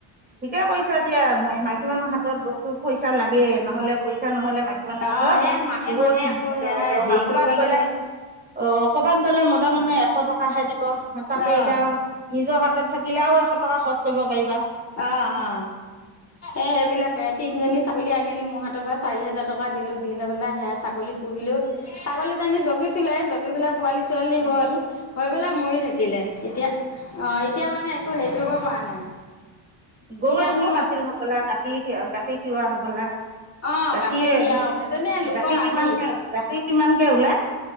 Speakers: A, on the right (about 20°); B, on the left (about 35°).
A: ঠিকে কৈ কৰিছা দিয়া মাইকী মানুহৰ হাতত বস্তু পইচা লাগে নহলে পইচা নহ'লে মাইকী মাইকী মানুহৰ
B: অঁ
A: হাতত
B: সেয়া মাহে
A: বহুত
B: মাহে আকৌ
A: দ
B: সেয়া
A: দৰকাৰ
B: হেৰি
A: কৰবাত
B: কৰিব
A: গ'লে
B: লাগে
A: অ ক'বাত গ'লে ম মতা মানুহে এশ টকাহে দিব তাতে
B: অঁ
A: এতিয়া নিজৰ হাতত থাকিলে আৰু এশ এশ টকা খৰচ কৰিব পাৰিবা
B: অ অ এ সেইবিলাকে তিনজনী ছাগলী আনিলো মোৰ হাতৰ পৰা চাৰি হেজাৰ টকা দিলো দি লৈ পেলাই সেয়া ছাগলী পুহিলো ছাগলী জনী জগিছিলে জগি পেলাই পোৱালি চোৱালী
A: হয়
B: হ'ল
A: নি?
B: হৈ পেলাই মৰি থাকিলে এতিয়া অ এতিয়া মানে একো হেৰি কৰিব পৰা নাই
A: গৰু
B: এতিয়া
A: এজনিও
B: আকৌ গা
A: আছিল হবলা গাখীৰ খি গাখীৰ খিওৱা হবলা
B: অ
A: গাখীৰ
B: খিৰাও সেইজনীয়ে লোকৰ
A: গাখীৰ
B: আধি
A: কিমানকে গাখীৰ কিমানকে ওলাই